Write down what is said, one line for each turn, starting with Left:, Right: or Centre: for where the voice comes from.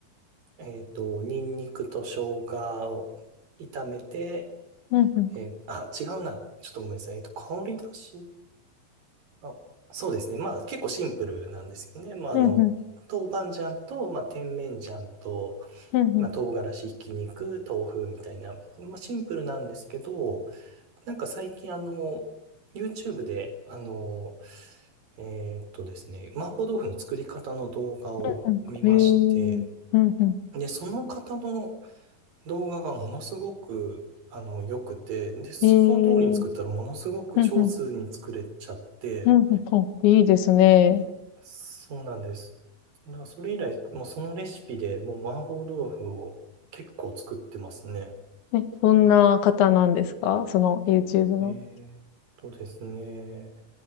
Right: う。えっと、ニンニクと生姜を炒めて、
Left: うんうん。
Right: えーあ、違うな。ちょっとごめんなさい。えっと、香り出し。あ、そうですね。まあ結構シンプルなんですよね。まああの、
Left: うんうん。
Right: 豆板醤と、まあ、甜麺醤と、
Left: うんうん。
Right: まあ、唐辛子、ひき肉、豆腐みたいな、まあ、シンプルなんですけど、なんか最近あの、YouTube で、あの、えーっとですね、麻婆豆腐の作り方の動画を見まして、
Left: うんうん。へえ。うんうん。
Right: で、その方の動画がものすごく、あの、良くて、で、その通りに作ったらものすごく上手に作れちゃって、
Left: へえ。うんうん。うんうん。おいいですね。
Right: で、そうなんです。だからそれ以来、もうそのレシピでもう麻婆豆腐を結構作ってますね。
Left: ね、どんな方なんですかその YouTube の。
Right: ええとですね。